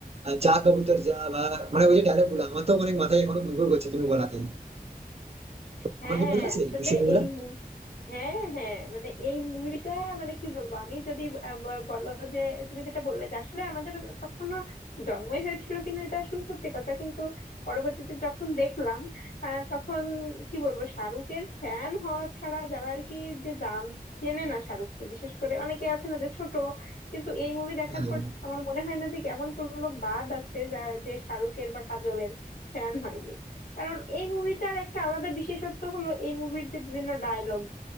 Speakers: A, on the right; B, on the left.
A: আহ, যা কবুতর যা বা মানে ওই যে ডায়লগ গুলো আমার তো অনেক মাথায় এখনো ঘুরঘুর করছে তুমি বলাতে
B: হ্যাঁ
A: তোমার কি মনে আছে
B: আসলে
A: দৃশ্য গুলা
B: এই হ্যাঁ হ্যাঁ মানে এই মুভিটা মানে কি বলবো আমি যদি আহ, ব- বলো যে তুমি যেটা বললে যে আসলে আমাদের তখনো জন্মই হয়েছিল কিনা এটা আসলে সত্যি কথা কিন্তু পরবর্তীতে যখন দেখলাম আহ, তখন কি বলবো শাহরুখের ফ্যান হওয়া ছাড়া যারা আর কি যে জান চেনে না শাহরুখকে বিশেষ করে অনেকে আছে না যে ছোট কিন্তু এই মুভি দেখার
A: হ্যাঁ
B: পর আমার মনে হয় না যে এমন কোনো লোক বাদ আছে যারা যে শাহরুখের বা কাজলের ফ্যান হয়নি কারণ এই মুভিটার একটা আলাদা বিশেষত্ব হলো এই মুভির যে বিভিন্ন ডায়লগ